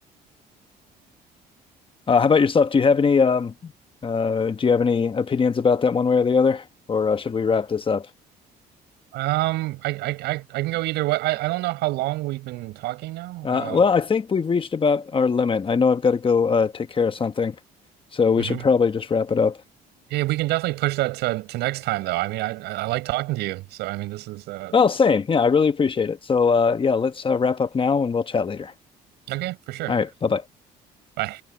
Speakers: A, on the left (about 30°); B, on the right (about 85°).
A: Uh, how about yourself? Do you have any um, uh, do you have any opinions about that one way or the other, or uh, should we wrap this up?
B: Um, I I I I can go either way. I I don't know how long we've been talking now.
A: Uh,
B: Uh,
A: well, I think we've reached about our limit. I know I've got to go uh, take care of something, so we
B: mhm.
A: should probably just wrap it up.
B: Yeah, we can definitely push that to to next time though. I mean, I I I like talking to you, so I mean, this is uh
A: Well, same. Yeah, I really appreciate it. So uh, yeah, let's uh, wrap up now, and we'll chat later.
B: okay for sure.
A: All right, bye bye.
B: Bye.